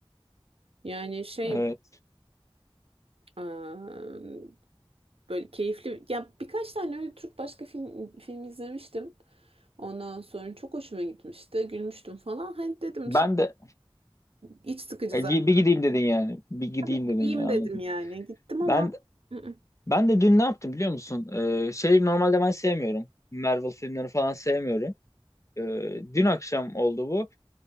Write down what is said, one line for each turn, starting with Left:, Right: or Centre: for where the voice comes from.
Right: Yani şey
Left: Evet.
Right: eee, böyle keyifli ya birkaç tane öyle Türk başka film, film izlemiştim. Ondan sonra çok hoşuma gitmişti. Gülmüştüm falan. Hani dedim
Left: Ben
Right: şey,
Left: de
Right: iç sıkıcı
Left: e,
Right: zaten.
Left: gi- bir gideyim dedin yani. Bir gideyim
Right: Bir
Left: dedin
Right: gideyim
Left: yani anladım.
Right: dedim yani. Gittim ama
Left: Ben
Right: Hı hı.
Left: Ben de dün ne yaptım biliyor musun? Ee, şey normalde ben sevmiyorum. Marvel filmlerini falan sevmiyorum. Ee, dün akşam oldu bu.